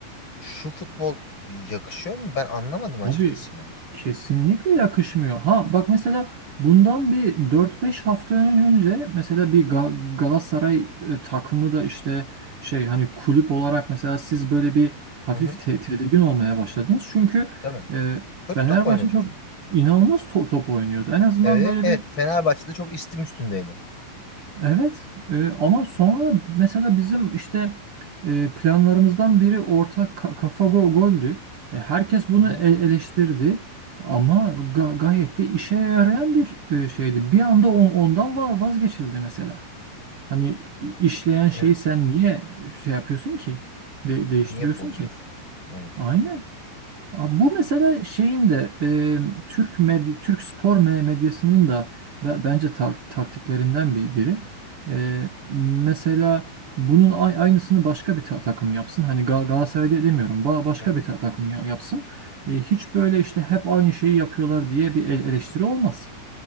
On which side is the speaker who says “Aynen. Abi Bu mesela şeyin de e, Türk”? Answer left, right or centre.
Right